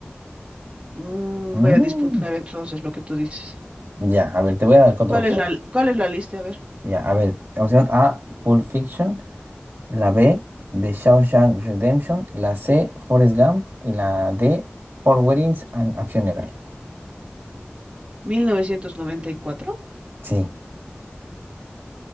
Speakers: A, on the right; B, on the right.
A: Mm,
B: Mm,
A: voy a disputar entonces lo que tú dices.
B: Ya, a ver, te voy a dar otra
A: ¿Cuál
B: opción.
A: es la, cuál es la lista? A ver,
B: Ya, a ver, opción A, Pulp Fiction, la B, The Shawshank Redemption, la C, Forrest Gump y la D, Four Weddings and a Funeral.
A: 1994.
B: Sí.